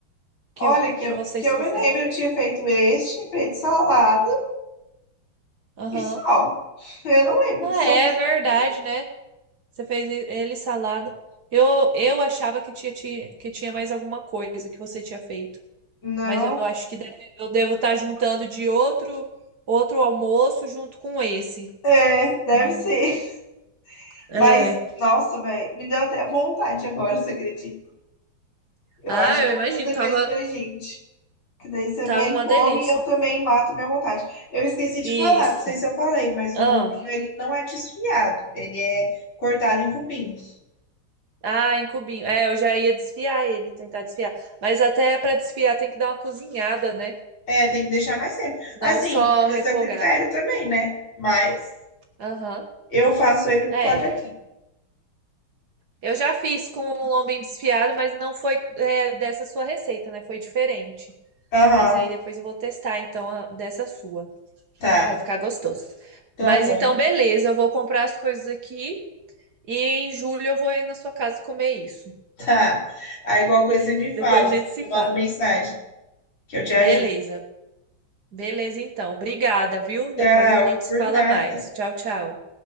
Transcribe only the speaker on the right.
que,
que
vocês
fizeram.
Aham.
Ah,
é
verdade,
né? Você fez e- ele salada. Eu, eu achava que tinha, ti- que tinha mais alguma coisa que você tinha feito.
Mas eu acho que deve- eu devo estar juntando de outro outro almoço junto com esse.
Não,
é.
Ah,
eu
imagino,
tava,
tava
uma
delícia.
Isso.
Ah,
ah, em cubinho. É, eu já ia desfiar ele, tentar desfiar. Mas até para desfiar tem que dar uma cozinhada, né?
Não só
refogar.
Aham.
É.
Eu já fiz com o lombinho desfiado, mas não foi é, dessa sua receita, né? Foi diferente.
Mas aí depois eu vou testar, então, a- dessa sua.
Vai ficar gostoso.
Mas
então, beleza, eu vou comprar as coisas aqui e em julho eu vou aí na sua casa comer isso.
<laughs>
Depois
a gente se
fala.
Beleza, beleza então. Obrigada, viu?
Depois a gente se
fala
mais. Tchau, tchau.